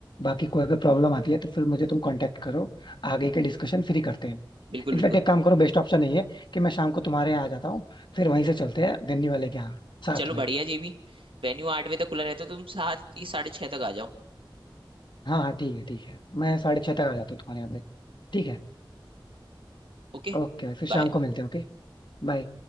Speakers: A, on the left; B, on the right.
A: बाकी कोई अगर प्रॉब्लम आती है तो फिर मुझे तुम कांटेक्ट करो आगे के डिस्कशन फ्री करते हैं
B: बिल्कुल बिल्कुल
A: इनफैक्ट एक काम करो बेस्ट ऑप्शन यही है कि मैं शाम को तुम्हारे यहाँ आ जाता हूँ फिर वहीं से चलते हैं वेन्यू वाले के यहाँ साथ
B: चलो
A: में
B: बढ़िया जी भी वेन्यू आठ बजे तक खुला रहता है तो तुम सात या साढ़े छह तक आ जाओ
A: हाँ हाँ ठीक है ठीक है मैं साढ़े छः तक आ जाता हूँ तुम्हारे यहाँ पे ठीक है
B: ओके
A: ओके फिर शाम
B: बाय
A: को मिलते हैं ओके बाय